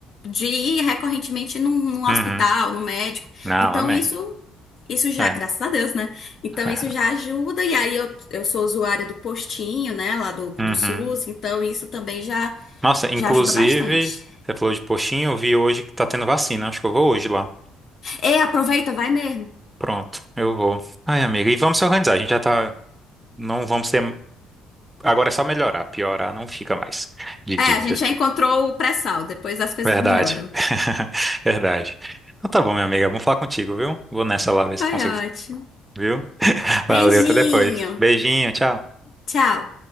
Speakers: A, on the left (about 55°); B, on the right (about 15°).
A: de ir recorrentemente num, num
B: Uhum.
A: hospital, num médico.
B: Não,
A: Então,
B: amém.
A: isso, isso já,
B: É.
A: graças a Deus, né? Então,
B: <laughs>
A: isso já ajuda. E aí, eu, eu sou usuária do postinho, né, lá do, do
B: Uhum.
A: SUS. Então, isso também já,
B: Nossa, inclusive,
A: já ajuda bastante.
B: você falou de postinho, eu vi hoje que tá tendo vacina. Acho que eu vou hoje lá.
A: E aproveita, vai mesmo.
B: Pronto, eu vou. Ai, amiga, e vamos se organizar. A gente já tá. Não vamos ter. Agora é só melhorar. Piorar não fica mais de
A: É,
B: dívida.
A: a gente já encontrou o pré-sal. Depois as coisas
B: Verdade.
A: melhoram.
B: <laughs> Verdade. Então tá bom, minha amiga. Vamos falar contigo, viu? Vou nessa lá ver se
A: Foi
B: eu consigo,
A: ótimo.
B: viu? <laughs> Valeu,
A: Beijinho.
B: até depois. Beijinho, tchau.
A: Tchau.